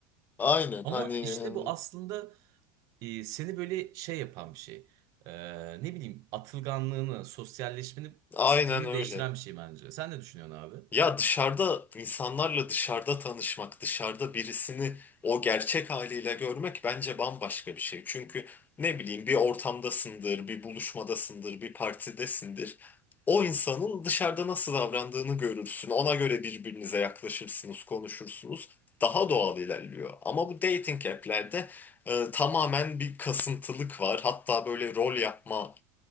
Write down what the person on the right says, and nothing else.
Ama
işte bu aslında e, seni böyle şey yapan bir şey. E, ne bileyim atılganlığını, sosyalleşmeni,
stilini
değiştiren bir şey bence. Sen ne düşünüyorsun abi?